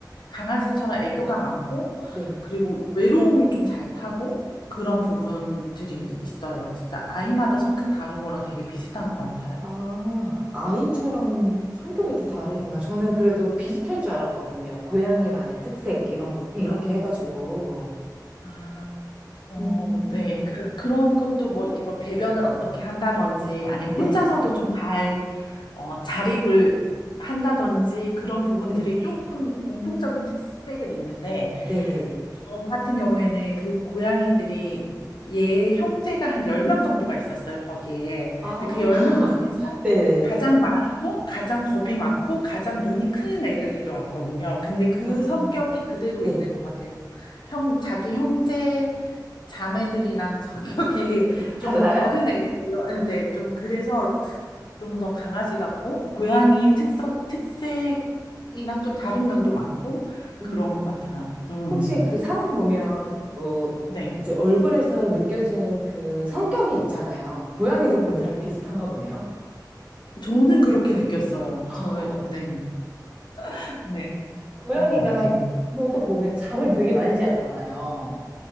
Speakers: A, on the left; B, on the right.
A: 강아지처럼 애교가 많고,
B: 네.
A: 그리고 외로움을 좀 잘 타고 그런 부분들이 있어요. 진짜 아이마다 성격 다른 거랑 되게 비슷한 것 같아요.
B: 아, 아이처럼 성격이 다 다르구나.
A: 네.
B: 저는 그래도 비슷할 줄 알았거든요. 고양이만의 특색, 이런 거, 이렇게
A: 아,
B: 해가지고.
A: 아, 어,
B: 음,
A: 네. 그, 그런 것도 뭐 이렇게 뭐 배변을 어떻게 한다든지 아니면
B: 네,
A: 혼자서도 좀 잘, 어, 자립을 한다든지 그런 부분들이
B: 네,
A: 조금 공통적인 특색은 있는데,
B: 네네.
A: 저 같은 경우에는 그 고양이들이 얘 형제가 한 10명 정도가 있었어요, 거기에.
B: 아,
A: 근데 그 10명 중에서
B: <laughs> 네네.
A: 가장 네. 마르고 가장 겁이 많고 가장 눈이 큰 애를 데려왔거든요. 근데 그
B: 아,
A: 성격이 그대로
B: 네.
A: 있는 것 같아서 형, 자기 형제 자매들이랑 <laughs> 성격이 좀
B: 달라요?
A: 다른 애를 데려왔는데 좀 그래서 좀 더 강아지 같고 고양이의 특성, 특색이랑 좀 다른 면도 많고
B: 음,
A: 그런 것 같아요. 음.
B: 혹시 그 사람 보면 뭐
A: 네.
B: 이제 얼굴에서 느껴지는 그 성격이 있잖아요. 고양이도 그럼
A: 맞아요.
B: 좀 비슷한가 보네요.
A: 저는 그렇게 느꼈어요.
B: <laughs>
A: 저, 네. <laughs> 네.
B: 고양이가
A: 어, 네.
B: 뭐또 보면 잠을 되게 많이 자잖아요.